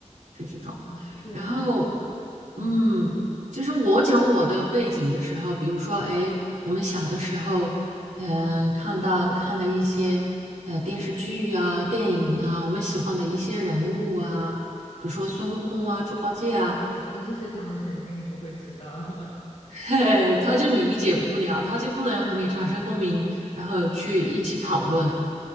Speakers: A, on the right (about 80°); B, on the left (about 75°).
A: 是这种。
B: 哦，这样，
A: 然后，
B: 嗯，
A: 嗯，就是我讲我的背景的时候，比如说，哎，我们小的时候，嗯、看到看的一些呃电视剧啊、电影啊，我们喜欢的一些人物啊，比如说孙悟空啊、猪八戒啊。
B: 哦，那这些他们肯定不会知道。<laughs>
A: 嘿，<laughs> 他就理解不了，他就不能和你产生共鸣，然后去一起讨论。